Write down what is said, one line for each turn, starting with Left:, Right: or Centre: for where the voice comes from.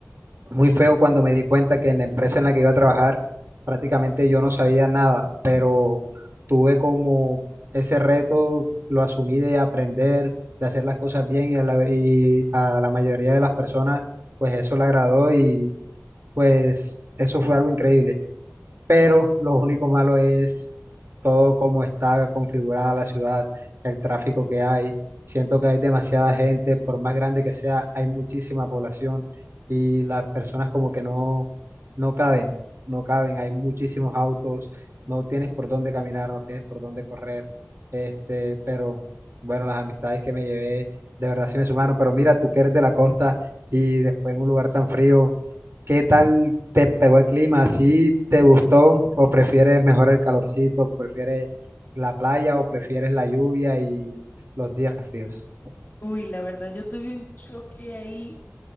Right: muy feo cuando me di cuenta que en la empresa en la que iba a trabajar prácticamente yo no sabía nada, pero tuve como ese reto, lo asumí de aprender, de hacer las cosas bien y a la, y a la mayoría de las personas pues eso le agradó y pues eso fue algo increíble pero lo único malo es todo cómo está configurada la ciudad, el tráfico que hay. Siento que hay demasiada gente, por más grande que sea, hay muchísima población y las personas como que no, no caben, no caben, hay muchísimos autos, no tienes por dónde caminar, no tienes por dónde correr, este, pero bueno, las amistades que me llevé de verdad sí me sumaron, pero mira, tú que eres de la costa y después en un lugar tan frío. ¿Qué tal ¿Te pegó el clima? ¿Así te gustó? ¿O prefieres mejor el calorcito? ¿Prefieres la playa o prefieres la lluvia y los días fríos?
Left: Uy, la verdad, yo tuve un choque ahí